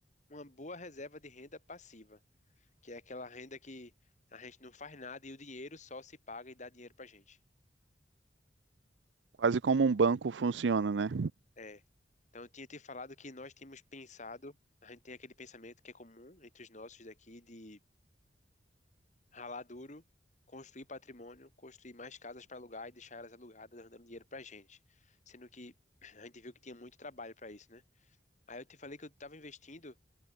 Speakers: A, on the left; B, on the right.
A: uma boa reserva de renda passiva, que é aquela renda que a gente não faz nada e o dinheiro só se paga e dá dinheiro pra gente.
B: Quase como um banco funciona, né?
A: É. Então, eu tinha te falado que nós tínhamos pensado, a gente tem aquele pensamento que é comum entre os nossos daqui de ralar duro, construir patrimônio, construir mais casas para alugar e deixar elas alugadas, dando dinheiro pra gente. Sendo que <clears throat> a gente viu que tinha muito trabalho para isso, né? Aí eu te falei que eu estava investindo